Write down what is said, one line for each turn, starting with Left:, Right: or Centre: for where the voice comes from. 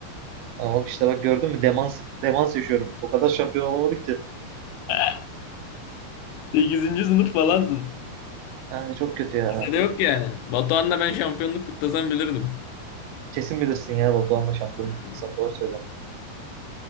Right: Ama işte bak gördün mü? Demans, demans yaşıyorum. O kadar şampiyon olamadık ki.
Left: <laughs> Sekizinci sınıf falansın.
Right: Yani çok kötü ya.
Left: Lisede yok yani. Batuhan'la ben şampiyonluk kutlasam bilirdim.
Right: Kesin bilirsin ya Batuhan'la şampiyonluk
Left: Hı.
Right: kutlasam doğru söyle.